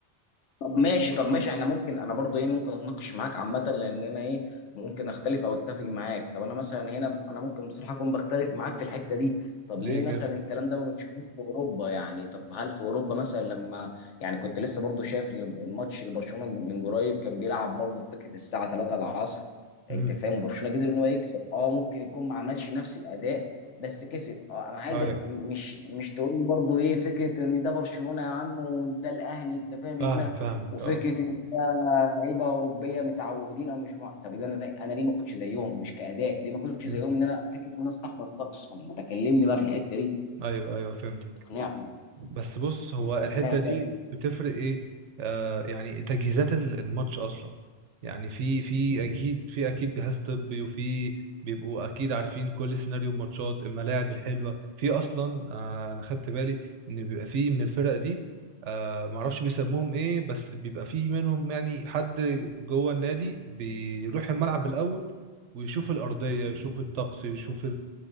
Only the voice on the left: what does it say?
طب ماشي طب ماشي احنا ممكن انا برضو ايه ممكن اتناقش معاك عامه لان انا ايه ممكن اختلف او اتفق معاك طب انا مثلا هنا انا ممكن بصراحه اكون بختلف معاك في الحته دي طب
ليه مثلا
الكلام ده ما بنشوفوش في اوروبا يعني طب هل في اوروبا مثلا لما يعني كنت لسه برضو شايف الماتش لبرشلونه من قريب كان بيلعب برضو في فكره الساعه 3 العصر
انت فاهم برشلونه قدر ان هو يكسب اه ممكن يكون ما عملش نفس الاداء بس كسب اه انا عايزك
مش مش تقول لي برضو ايه فكره ان ده برشلونه يا عم وده الاهلي انت فاهم
هنا
وفكره
ان إحنا لعيبه اوروبيه متعودين او مش مع... طب إذا انا انا ليه ما كنتش زيهم مش كاداء ليه ما كنتش
زيهم ان انا فكره ان انا استحمل الطقس ما انت كلمني بقى في الحته دي
تقنعني
انت
تقنعني
بقى.